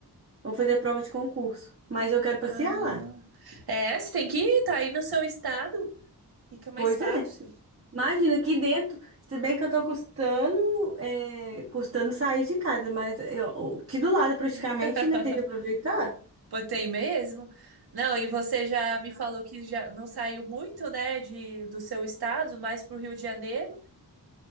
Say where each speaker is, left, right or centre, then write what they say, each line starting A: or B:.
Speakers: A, on the right; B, on the right.
A: ou fazer prova de concurso. Mas eu quero passear
B: Ah.
A: lá.
B: É, você tem que ir, tá aí no seu estado. Fica mais
A: Pois
B: fácil.
A: é. Imagina aqui dentro, se bem que eu tô custando, é, custando sair de casa, mas eu, aqui do lado praticamente,
B: <laughs>
A: né, tem que aproveitar.
B: Pô, tem mesmo? Não, e você já me falou que já não saiu muito, né, de, do seu estado, mais pro Rio de Janeiro?